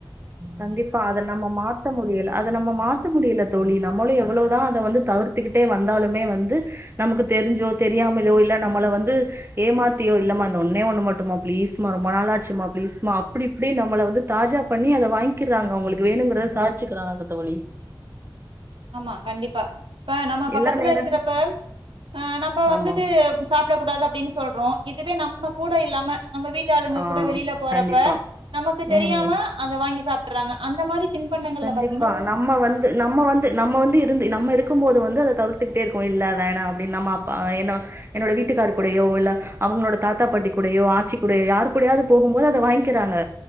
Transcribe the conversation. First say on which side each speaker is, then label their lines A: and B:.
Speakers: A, on the right (about 30°); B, on the right (about 85°).
A: கண்டிப்பா அத நம்ம மாத்த முடியல அத நம்ம மாத்த முடியல தோழி நம்மளு எவ்ளோ ப்பு தா அத வந்து தவிர்த்துக்கிட்டே வந்தாலுமே வந்து நமக்கு தெரிஞ்சோ தெரியாமலையோ இல்ல நம்மள வந்து ஏமாத்தியோ இல்லாமா இந்த ஒன்னே ஒண்ணு மட்டுமா பிளீஸ்மா ரொம்ப நாளா ச்சுமா பீளீஸ்மா அப்டி இப்டி நம்மள வந்து தாஜா பண்ணி அத வாங்கிக்கறாங்க அவுங்களுக்கு வேணுங்கறத சாதிச்சுக்கிறாங்க தோழி
B: ஆமா கண்டிப்பா இப்ப நம்ம பக்கத்துல
A: எல்லா நேரம்
B: இருக்கறப்ப அ நம்ம
A: ஆமா.
B: வந்துட்டு சாப்டக்கூடாது அப்டின்னு சொல்றோ இதுவே நம்ம கூட இல்லாம நம்ம வீட்டாளுங்க
A: ஆ
B: கூட வெளியில போறப்ப
A: கண்டிப்பா.
B: நமக்கு தெரியாம
A: ம்.
B: அத வாங்கி சாப் பறாங்க அந்த மாரி தின்பண்டங்கள்ல
A: கண்டிப்பா
B: பாத்தீங்கன்னா
A: நம்ம வந்து நம்ம வந்து நம்ம வந்து த்து இருந்து நம்ம இருக்கும்போது வந்து அத தவுத்துக்கிட்டேருக்கு இல்லவேணா அப்டின்னு ஆமா பா என்னோட வீட்டுக்கார் கூடையோ இல்ல அவுங்களோட தாத்தா பாட்டி கூடையோ ஆட்சி கூடையோ யார் கூடையாவது போகும்போது அத வாயிங்காறாங்க